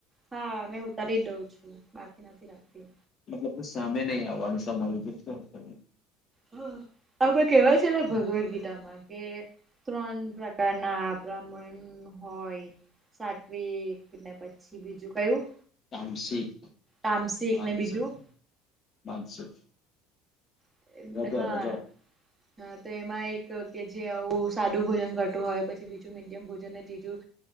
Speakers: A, on the right (about 20°); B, on the left (about 40°).
A: હા મેં ઉતારી જ દઉં છું બાકી નથી રાખતી
B: મતલબ કો સામે નહી આવવાનું <unintelligible> --
A: હ, આપણ કેવાય છે ને ભગવદગીતામાં કે ત્રણ પ્રકારના આપણા મન હોય, સાતવીક ને પછી બીજું કયું
B: તામસિંક,
A: તામસિક
B: માસિક,
A: ને બીજું
B: માનસિક
A: અ,
B: રજો
A: હ હા,
B: રજો
A: તો એમાં એક કે જે આવું સાદું ભોજન કરતું હોય પછી બીજું મીડિયમ ભોજન ત્રીજું